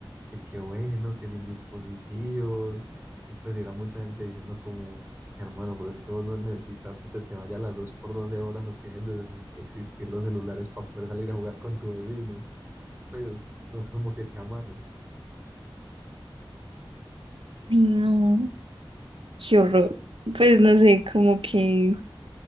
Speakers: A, on the right; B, on the right.
A: que qué bueno, que sin dispositivos. Y pues era mucha gente diciendo como, hermano, pero es que vos no necesitas que se te vaya la luz por 12 horas o que dejen de des- existir los celulares para poder salir a jugar con tu vecino. Pues no es como que te amarre.
B: Ay, no, qué horror. Pues no sé, como que